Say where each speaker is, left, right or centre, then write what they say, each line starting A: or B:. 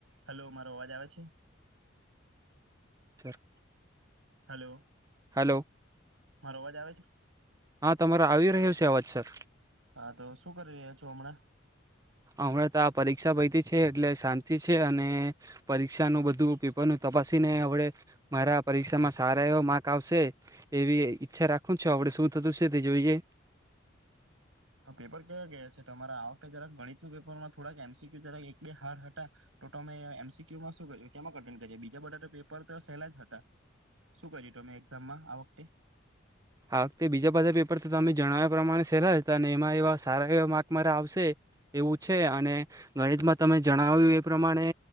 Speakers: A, on the right (about 85°); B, on the right (about 15°).
A: Hello મારો અવાજ આવે છે.
B: સરાર.
A: હાલો.
B: હલો
A: મારો અવાજ આવે છે.
B: હા તમારે આવી રહ્યું છે અવાજ સર.
A: હા તો શું કરી રહ્યા છો હમણા?
B: હમણાં તો આ પરીક્ષા <unintelligible> છે એટલે શાંતિ છે અને પરીક્ષાનુંું બધું પેપર નું તપાસીનેડ મારા પરીક્ષામાં સારા એવા માર્ક આવશે એવી ઈચ્છા રાખું છ આપડ શું થતું છે તે જોઈએ.
A: પેપર કવા ગયા છે તમારા આ વખતે જરાક ગણિતનું પેપરમાં થોડાક એમસીક્યુ જરા એક બે હાર્ડ હતા તો તમે એમસીક્યુમાં શું કર્યું કેમાં કટેન્ડ કરી બીજા બધા તો પેપર તો સહેલા જ હતા શું કર્યું તમે એક્ઝામમાં આ વખતે
B: હા વખતે બીજા બધા પેપર તો તમે જણાવ્યા પ્રમાણે સેલા હતા અને એમાં એવા સારા એવા માર્ક મારે આવશે એવું છે અને ગણિતમાં તમે જણાવ્યું એ પ્રમાણે